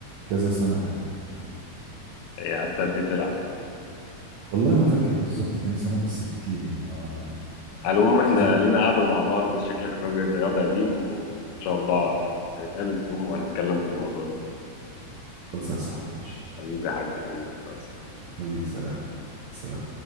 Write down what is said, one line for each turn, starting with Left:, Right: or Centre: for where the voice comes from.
Right: كذا سنة كمان ف...
Left: يعني قعدت قد ايه تلعب
Right: والله ما فاكر بالظبط كام سنة بس كتير يعني اه يعني
Left: على العموم احنا
Right: كتير
Left: لينا قعده مع بعض وانت شكلك راجل رياضي قديم وان شاء الله هنتقابل في يوم وهنتكلم في الموضوع ده
Right: خالص يا صاحبي ماشي
Left: حبيبي يا حاج حبيبي بس
Right: حبيبي سلام سلام